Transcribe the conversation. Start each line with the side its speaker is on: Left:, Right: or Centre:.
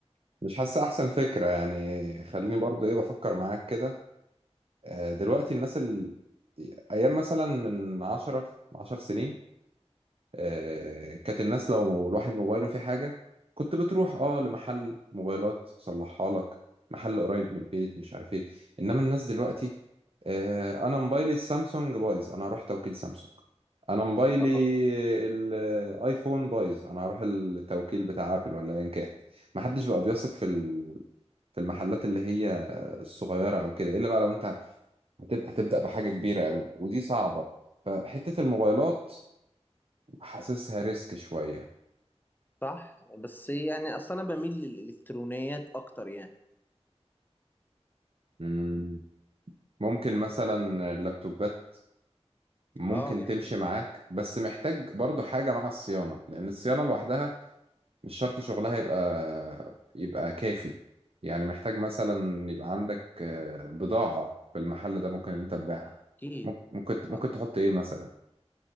Right: مش حاسة أحسن فكرة يعني خليني برضو إيه بفكر معاك كده آه، دلوقتي الناس ال... ايام مثلا من 10 10 سنين آه، كانت الناس لو الواحد موبايله فيه حاجه كنت بتروح اه لمحل موبايلات يصلحها لك محل قريب من البيت مش عارف ايه انما الناس دلوقتي آه، انا موبايلي السامسونج بايظ انا هروح توكيل سامسونج انا موبايلي
Left: اه
Right: الايفون بايظ انا هروح التوكيل بتاع ابل ولا ايا كان محدش بقى بيثق في ال... في المحلات اللي هي الصغيره او كده الا بقى لو انت هتبقى هتبدأ بحاجة كبيرة قوي ودي صعبة فحتة الموبايلات حاسسها ريسك شوية
Left: صح بس يعني اصلا انا بميل للالكترونيات اكتر يعني
Right: امم ممكن مثلا اللابتوبات ممكن
Left: اه جميل
Right: تمشي معاك بس محتاج برضو حاجة مع الصيانة لأن الصيانة لوحدها مش شرط شغلها يبقى يبقى كافي يعني محتاج مثلا يبقى عندك آه، بضاعة في المحل ده ممكن إن أنت تبيعها
Left: اكيد
Right: ممكن ممكن ممكن
Left: آه.
Right: تحط إيه مثلا